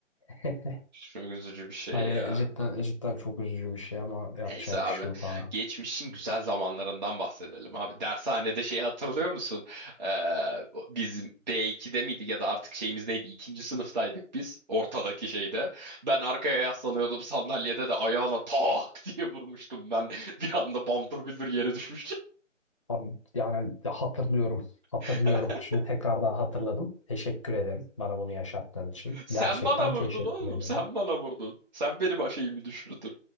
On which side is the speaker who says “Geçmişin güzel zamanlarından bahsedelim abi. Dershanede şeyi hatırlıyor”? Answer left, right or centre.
Right